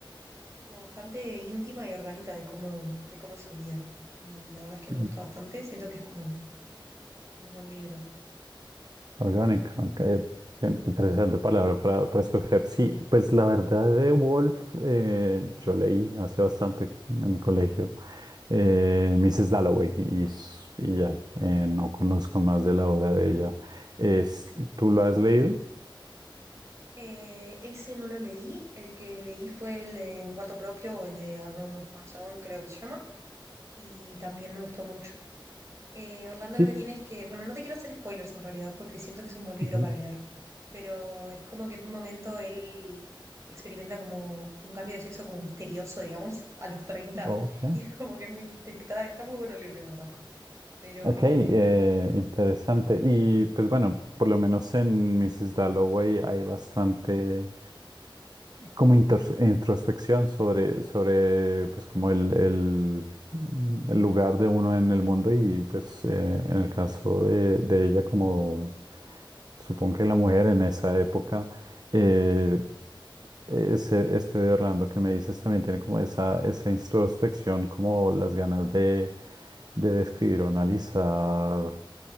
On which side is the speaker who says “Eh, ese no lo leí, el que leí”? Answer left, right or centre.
Right